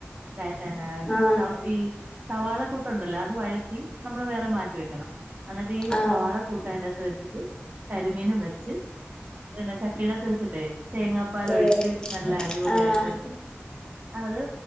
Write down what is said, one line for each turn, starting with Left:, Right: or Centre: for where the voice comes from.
Right: സ
Left: ആഹ്
Right: ഈ <unintelligible> സവാള കൂട്ടം ഉണ്ടല്ലോ അത് വഴറ്റി നമ്മള് വേറെ മാറ്റി വെക്കണം എന്നിട്ട് ഈ
Left: ആഹ്
Right: സവാള കൂട്ട് അതിന്നത് വെച്ചിട്ട് കരിമീനും വെച്ചു. പിന്നെ ചട്ടിടത്ത് വെച്ചിട്ടെ തേങ്ങാപ്പാല
Left: ഏഹ്
Right: ഒഴിച്ച് നല്ല അടിപൊളിയായിട്ട്
Left: ആഹ് ആഹ്
Right: അത്